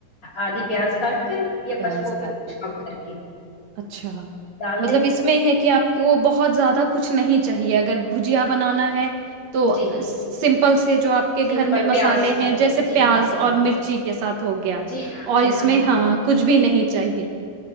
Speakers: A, on the left (about 25°); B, on the right (about 60°).
A: آدھی پیاز کاٹ کر یا
B: پیاز
A: پچفوڑا
B: کاٹ
A: چھاپ کر کے
B: اچھا
A: ڈال
B: مطلب
A: دے
B: اس میں ہے کہ آپ کی وہ بہت زیادہ کچھ نہیں چاہیے اگر بھجیا بنانا ہے تو
A: جی
B: سمپل سے جو آپ کے
A: سمپل
B: گھر میں مسالے
A: پیاز کاٹ
B: ہیں جیسے
A: جی
B: پیاز
A: ہاں جی
B: اور مرچی کے ساتھ ہو گیا
A: جی ہاں
B: اور
A: جی
B: اس میں ہاں کچھ بھی نہیں چاہیے